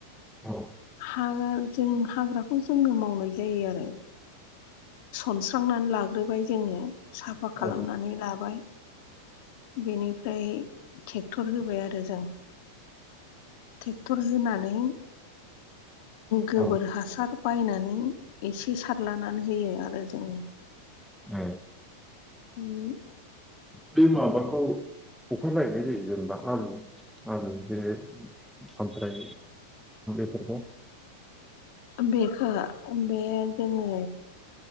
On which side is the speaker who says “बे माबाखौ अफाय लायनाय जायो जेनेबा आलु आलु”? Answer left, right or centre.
Centre